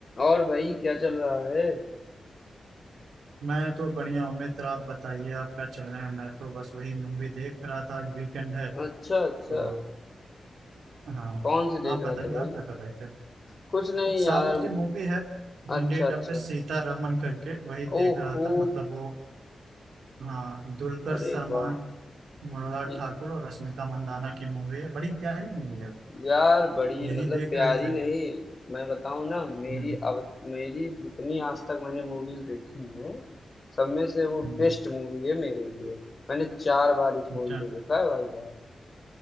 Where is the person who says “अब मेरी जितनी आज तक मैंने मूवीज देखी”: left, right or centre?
Left